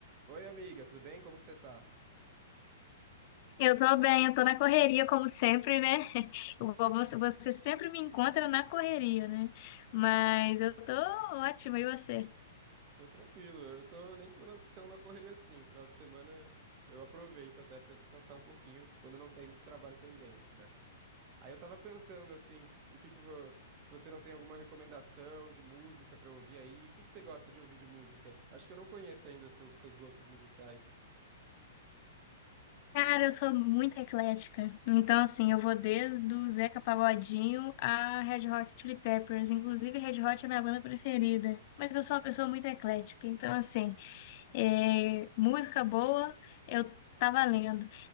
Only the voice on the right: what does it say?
Oi, amiga, tudo bem? Como que você tá?
Tô tranquilo, eu tô nem tô na- tão na correria assim. Final de semana eu aproveito até pra descansar um pouquinho, quando não tem muito trabalho pendente, né? Aí eu tava pensando assim, se- o que que eu vou, se você não tem alguma recomendação de música pra eu ouvir aí, o que que você gosta de ouvir de música? Acho que eu não conheço ainda seu- seus gostos musicais.